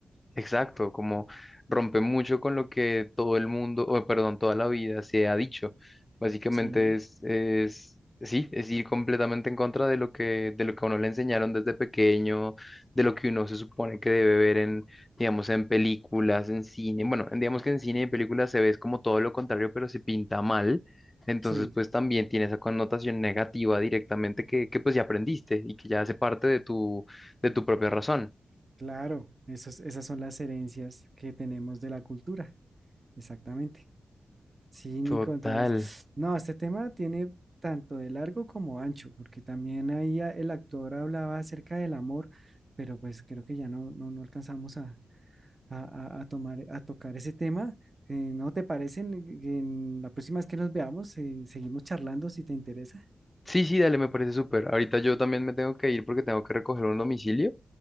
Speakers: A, on the left; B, on the right.
A: Exacto, como rompe mucho con lo que todo el mundo, o perdón, toda la vida se ha dicho. Básicamente
B: Sí,
A: es, es, sí, es ir completamente en contra de lo que, de lo que a uno le enseñaron desde pequeño, de lo que uno se supone que debe ver en, digamos, en películas, en cine. Bueno, en- digamos que en cine y en películas se ve es como todo lo contrario, pero se pinta mal. Entonces,
B: sí.
A: pues también tiene esa connotación negativa directamente que, que pues ya aprendiste y que ya hace parte de tu, de tu propia razón.
B: Claro, esos- esas son las herencias que tenemos de la cultura, exactamente. Sí, Nico,
A: Total.
B: entonces, no, este tema tiene tanto de largo como ancho, porque también ahí a- el actor hablaba acerca del amor, pero pues creo que ya no, no, no alcanzamos a, a- a- a tomar, a tocar ese tema. Eh, ¿no te parece? En, en la próxima vez que nos veamos, eh, seguimos charlando si te interesa.
A: Sí, sí, dale, me parece súper. Ahorita yo también me tengo que ir porque tengo que recoger un domicilio,